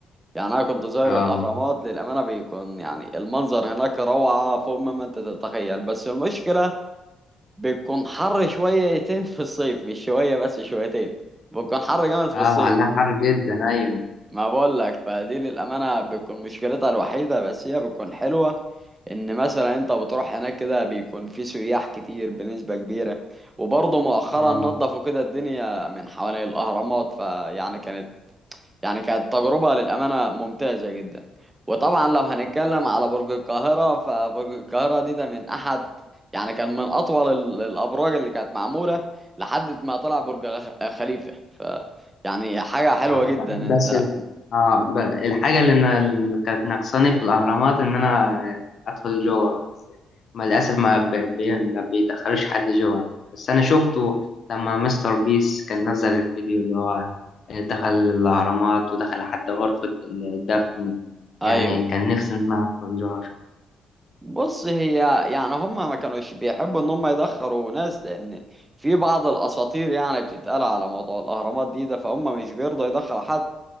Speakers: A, on the right; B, on the left.
A: يعني انا كنت زاير
B: اه
A: الاهرامات للامانه بيكون يعني المنظر هناك روعه فوق ما انت تتخيل بس المشكله بيكون حر شويتين في الصيف مش شويه بس شويتين بيكون حر جامد في
B: اه
A: الصيف
B: لا حر جدا ايوه
A: ما بقول لك فدي للامانه بتكون مشكلتها الوحيده بس هي بتكون حلوه ان مثلا انت بتروح هناك كده بيكون في سياح كتير بنسبه كبيره وبرضه مؤخرا
B: اه
A: نظفوا كده الدنيا من حوالين الاهرامات فيعني كانت يعني كانت تجربة للأمانة ممتازة جدا وطبعا لو هنتكلم على برج القاهرة فبرج القاهرة دي ده من أحد يعني كان من أطول ال- الأبراج اللي كانت معمولة لحد ما طلع برج غ- خليفة ف يعني حاجة حلوة
B: آه،
A: جدا
B: ب-
A: أنت
B: بس ال- آه ب- الحاجة اللي أنا اللي كانت ناقصاني في الأهرامات إن أنا آه، أدخل جوه بس ما للأسف ما, ب... ب... ما بيدخلوش حد جوه بس أنا شفته لما مستر بيس كان نزل الفيديو اللي هو دخل الأهرامات ودخل حتى غرفة الدفن
A: أيوه
B: يعني كان نفسي إن أنا أدخل جوه
A: بص هي يعني هم ما كانوش بيحبوا ان هم يدخروا ناس لان في بعض الاساطير يعني بتتقال على موضوع الاهرامات دي ده فهم مش بيرضوا يدخلوا حد